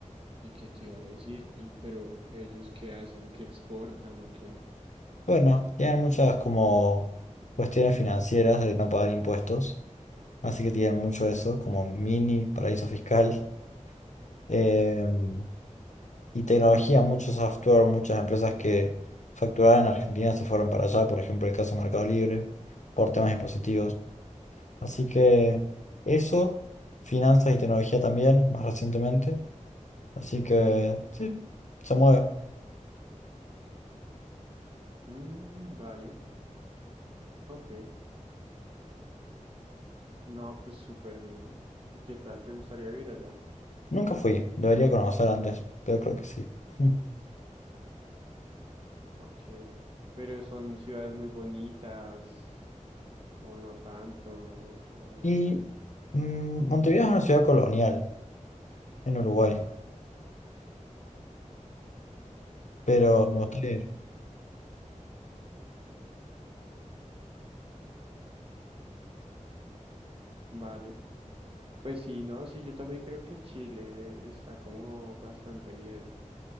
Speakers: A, on the right; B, on the left.
A: y qué te iba a decir, y pero ellos qué hacen, qué exportan o qué.
B: Bueno, tienen muchas como cuestiones financieras de no pagar impuestos, así que tienen mucho eso, como mini paraíso fiscal. Em, y tecnología, mucho software, muchas empresas que facturaban en Argentina se fueron para allá, por ejemplo, el caso Mercado Libre, por temas impositivos. Así que eso, finanzas y tecnología también, más recientemente. Así que sí, se mueve.
A: Mm, vale, ok. No, pues súper bien. ¿Y qué tal? ¿Te gustaría vivir allá?
B: Nunca fui, debería conocer antes, pero creo que sí. <laughs> Mm.
A: Ok. Pero son ciudades muy bonitas, o no tanto, o
B: Y mm, Montevideo es una ciudad colonial en Uruguay, pero
A: ok,
B: me gustaría ir.
A: vale. Pues sí, no, sí, yo también creo que Chile está como bastante bien.